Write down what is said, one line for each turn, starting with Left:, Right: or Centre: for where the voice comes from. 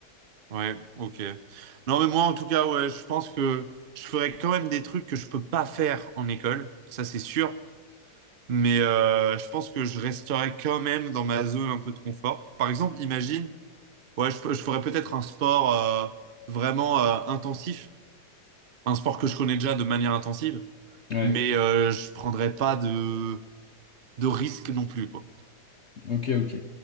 Right: Ouais, ok. Non, mais moi, en tout cas, ouais, je pense que je ferais quand même des trucs que je peux pas faire en école, ça c'est sûr. Mais euh, je pense que je resterais quand même dans ma zone un peu de confort. Par exemple, imagine, ouais, je, peux- je ferais peut-être un sport euh, vraiment euh, intensif, un sport que je connais déjà de manière intensive,
Left: Ouais,
Right: mais euh, je prendrais pas de de risque non plus, quoi.
Left: ok, ok.